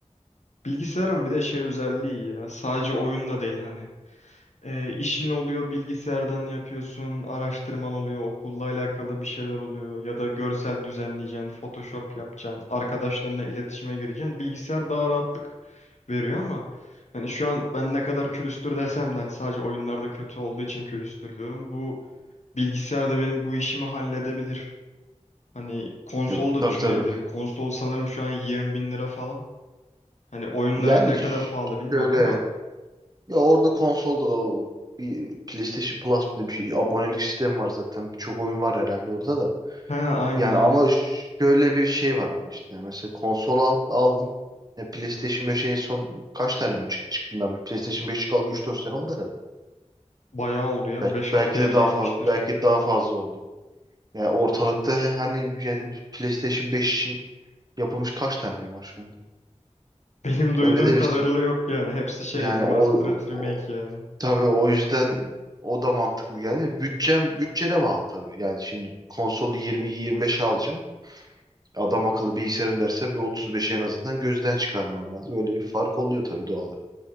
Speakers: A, on the left; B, on the right.
A: bilgisayarın bir de şey özelliği ya sadece oyunda değil hani. Ee, işin oluyor bilgisayardan yapıyorsun, araştırman oluyor, okulla alakalı bir şeyler oluyor ya da görsel düzenleyeceksin, Photoshop yapacaksın, arkadaşlarına iletişime gireceksin. Bilgisayar daha rahatlık veriyor ama hani şu an ben ne kadar külüstür desem de hani sadece oyunlarda kötü olduğu için külüstür diyorum. Bu bilgisayar da benim bu işimi halledebilir. Hani konsol
B: Ya,
A: da
B: tabii
A: düşünebilirim.
B: tabii.
A: Konsol sanırım şu an 20 bin lira falan. Hani oyunları
B: Yani
A: ne kadar
B: ş-
A: pahalı bilmiyorum
B: şöyle
A: ama.
B: ya orada konsolda da o bir PlayStation Plus bir, bir abonelik sistemi var zaten. Birçok oyun var herhalde orada da.
A: He aynen
B: Yani
A: aynen.
B: ama şöyle bir şey var ama işte Yani mesela konsol al, aldın. E, PlayStation 5 en son kaç tane mi çıktı çıktığından beri? PlayStation 5 çıkalı üç dört sene oldu herhalde.
A: Bayağı oldu ya.
B: Belki
A: Beş
B: belki
A: altıya
B: de
A: bile
B: daha
A: gitmiştir.
B: fazla belki daha fazla oldu. Yani ortalıkta he- hani yani PlayStation 5 için yapılmış kaç tane oyun var şu anda?
A: <laughs> Benim duyduğum
B: Öyle de
A: kadarıyla
B: bir
A: yok yani. Hepsi şey
B: yani
A: remastered
B: o,
A: remake
B: o
A: yani.
B: tabii o yüzden o da mantıklı gelmiyor. Bütçem bütçene bağlı tabii. Yani şimdi konsolu 20-25'e alacağım. Adam akıllı bilgisayarın derse bir 35'i en azından gözden çıkarman lazım. Öyle bir fark oluyor tabii doğal olarak.